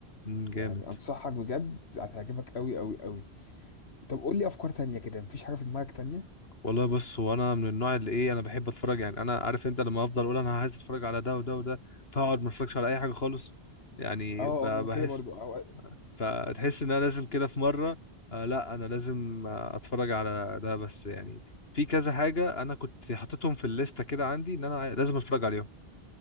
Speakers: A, on the left; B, on the left.
A: امم جامد
B: يعني انصحك بجد هتعجبك قوي قوي قوي طب قول لي افكار تانية كده مفيش حاجه في دماغك تانية
A: والله بص هو انا من النوع اللي ايه انا بحب اتفرج يعني انا عارف انت لما افضل اقول انا عايز اتفرج على ده وده وده فاقعد ما اتفرجش على اي حاجة خالص يعني
B: اه
A: ب- بحس
B: اه ما انا كده برضو اه
A: فتحس ان انا لازم كده في مرة آه لا انا لازم آه، اتفرج على ده بس يعني في كذا حاجة انا كنت حاططهم في الليستة كده عندي ان انا عاي- لازم اتفرج عليهم